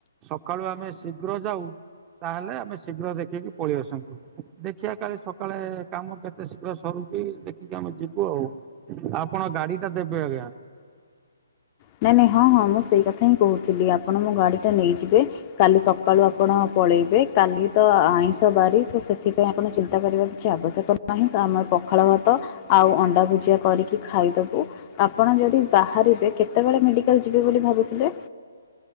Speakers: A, on the right; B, on the left.
A: ସକାଳୁ ଆମେ ଶୀଘ୍ର ଯାଉ ତାହେଲେ ଆମେ ଶୀଘ୍ର ଦେଖିକି ପଳେଇ ଆସନ୍ତୁ ଦେଖିବା କାଲି ସକାଳେ କାମ କେତେ ଶୀଘ୍ର ସରୁଛି ଦେଖିକି ଆ ଆମେ ଯିବୁ ଆଉ ଆପଣ ଗାଡି ଟା ଦେବେ ଆଜ୍ଞା
B: ହ ନାଇଁ ନାଇଁ ହଁ ହଁ ମୁଁ ସେଇ କଥା ହିଁ କହୁଥିଲି ଆପଣ ମୋ ଗାଡିଟା ନେଇଯିବେ କାଲି ସକାଳୁ ଆପଣ ପଳେଇବେ କାଲି ତ ଆଇଁଷ ବାରିଶ ସେଥିପାଇଁ ଆପଣ ଚିନ୍ତା କରିବା କିଛି ଆବଶ୍ୟକ ନାହିଁ ତ ଆମ ପଖାଳ ଭାତ ଆଉ ଅଣ୍ଡା ଭୁଜିଆ କରିକି ଖାଇଦବୁ ଆପଣ ଯଦି ବାହାରିବେ କେତେବେଳେ ମେଡିକାଲ ଯିବେ ବୋଲି ଭାବୁଥିଲେ